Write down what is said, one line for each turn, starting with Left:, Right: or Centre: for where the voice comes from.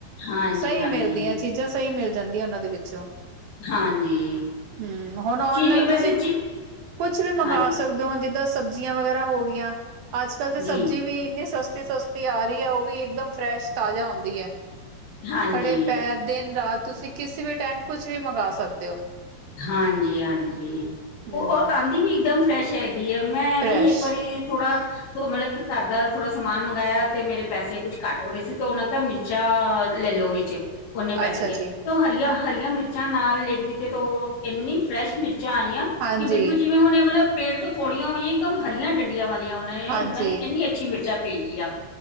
Left: ਹਾਂਜੀ
Right: ਸਹੀ
Left: ਹਾਂਜੀ
Right: ਮਿਲਦੀਆਂ ਚੀਜ਼ਾਂ, ਸਹੀ ਮਿਲ ਜਾਂਦੀਆਂ ਉਹਨਾਂ ਦੇ ਵਿੱਚੋਂ
Left: ਹਾਂਜੀ,
Right: ਹਮ ਹੁਣ ਔਨਲਾਈਨ
Left: ਚੀਜ
Right: ਤੁਸੀਂ
Left: ਵੈਸੇ ਚੀ
Right: ਕੁਛ ਵੀ ਮੰਗਵਾ
Left: ਹਾਂਜੀ,
Right: ਸਕਦੇ ਹੋ, ਜਿੱਦਾਂ ਸਬਜ਼ੀਆਂ ਵਗੈਰਾ ਹੋ ਗਈਆਂ। ਅੱਜ-ਕੱਲ ਤੇ ਸਬਜ਼ੀ
Left: ਜੀ,
Right: ਵੀ ਇੰਨੀ ਸਸਤੀ- ਸਸਤੀ ਆ ਰਹੀ ਹੈ। ਉਹ ਵੀ ਇੱਕਦਮ ਫਰੈਸ਼, ਤਾਜ਼ਾ ਹੁੰਦੀ ਹੈ।
Left: ਹਾਂਜੀ,
Right: ਖੜੇ ਪੈਰ, ਦਿਨ- ਰਾਤ, ਤੁਸੀਂ ਕਿਸੇ ਵੀ ਟਾਈਮ ਕੁਛ ਵੀ ਮੰਗਾ ਸਕਦੇ ਹੋ।
Left: ਹਾਂਜੀ- ਹਾਂਜੀ
Right: ਹਮ
Left: ਉਹ ਆਂਦੀ ਵੀ ਇੱਕਦਮ ਫਰੈਸ਼ ਹੈਗੀ ਏ, ਮੈਂ ਐਵੇਂ
Right: ਫਰੈਸ਼
Left: ਹੀ ਇੱਕ ਵਾਰੀ ਥੋੜਾ ਮਤਲਬ ਘਰ ਦਾ ਥੋੜਾ ਸਮਾਨ ਮੰਗਇਆ ਤੇ ਮੇਰੇ ਪੈਸੇ ਕੁੱਛ ਘਟ ਹੋ ਰਹੇ ਸੀ, ਤੇ ਉਹਨਾਂ ਕਿਹਾ ਮਿਰ ਚਾ ਲੈ ਲੋ ਵਿੱਚ ਓਨੇ ਪੈਸੇ
Right: ਅੱਛਾ
Left: ਦੀਆਂ,
Right: ਜੀ
Left: ਤੇ ਹਰੀਆਂ- ਹਰੀਆਂ ਮਿਰਚਾਂ ਨਾਲ ਲੇਂਦੀ ਤੇ ਤੋ ਇੰਨੀ ਫਰੈਸ਼ ਮਿਰਚਾਂ ਆਈਆਂ ਕਿ
Right: ਹਾਂਜੀ
Left: ਬਿਲਕੁਲ ਜਿਵੇਂ ਹੁਣੇ ਮਤਲਬ ਪੇੜ ਤੋਂ ਤੋੜੀਆਂ ਹੋਈਆਂ ਇਕਦਮ ਹਰੀਆਂ ਡੰਡੀਆਂ ਵਾਲੀਆਂ ਉਹਨਾਂ ਨੇ,
Right: ਹਾਂਜੀ
Left: ਇਨਾ ਹੀ ਇੰਨੀ ਅੱਛੀ ਮਿਰਚਾਂ ਭੇਜੀ ਆ।